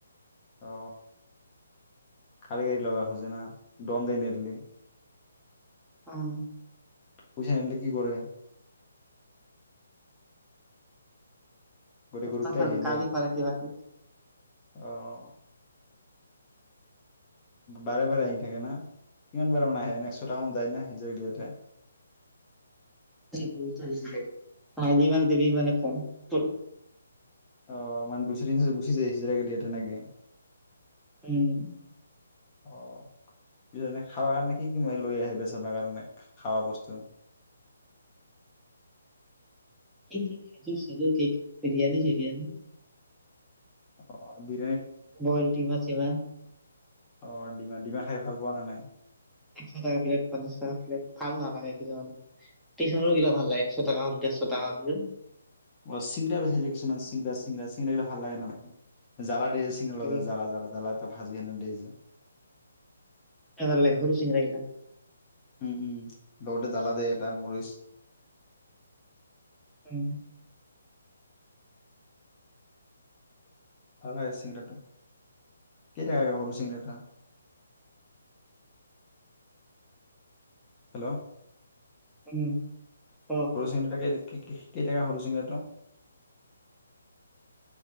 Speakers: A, on the left; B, in the centre.
A: অ, কাঢ়ি, কাঢ়ি লব খোজে না, ডম দেই নেদলি।
B: উম।
A: পইচা নেদলী কি কৰে? গোটেই
B: অতিয়াচৰ,
A: গ্ৰুপটাই আহি যায়
B: গালি পাৰে কিবা কিবি।
A: অ'। বাৰে বাৰে আহি থাকে না, কিমান বাৰে মানে আহে ন, একশটাকামান যায় না হিকৰক দিয়াতে।
B: সেই বহুত যাই, আহিলি মানে দিবি মানে কম তোৰ।
A: অ, মানে দুইশ তিনিশ গুচি যায়, হিজিৰাক দিয়েতে নেকি।
B: উম।
A: অ' খাব কাৰণে কি কি ম লৈ আহে <unintelligible> কাৰণে খা বস্তু।
B: <unintelligible> কে বিৰিয়ানি চৰিয়নি
A: অ' বি
B: বইল ডিমা চিমা।
A: অ' ডিমা, ডিমা খাই ভাল পোৱা না নাই?
B: একশ টকা প্লেট পঞ্চাশ টকা প্লেট ভাল নালাগে কিছুমান। টিশনৰ গিলা ভাল লাগ একশ টকা তাহাতি
A: অ চিংগৰা বিচাইছে কিছুমান চিংগৰা চিংগৰা চিংৰা গিলা ভাল লাগে ন। জালা ড্ৰে চিং লাগ
B: লাগে
A: জ যৰা জাল জাল ভাজি অনা দেইজ।
B: ভাল লাগে সৰু চিংৰা গিলা।
A: উম উম লগতে জ্বালা দে এটা মৰিচ
B: উম।
A: ভাল হয় চিংৰাটো, কেইটকা সৰু চিংৰাটা এটা? হেল্ল'
B: উম। ক
A: সুৰু চিংৰা বিলাক কি কেইটাকা সৰু চিঙৰাটো?